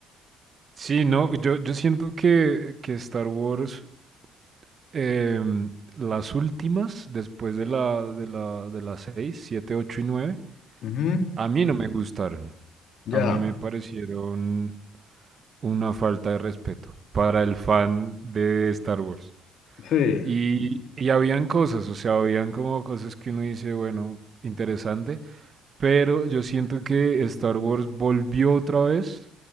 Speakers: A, on the right; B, on the left.
A: Sí, no, yo, yo siento que, que Star Wars, em, las últimas, después de la, de la, de las 6, 7, 8 y 9,
B: Ujú,
A: a mí no me gustaron.
B: ya,
A: A mí me parecieron una falta de respeto para el fan de Star Wars.
B: sí.
A: Y, y habían cosas, o sea, habían como cosas que uno dice, bueno, interesante, pero yo siento que Star Wars volvió otra vez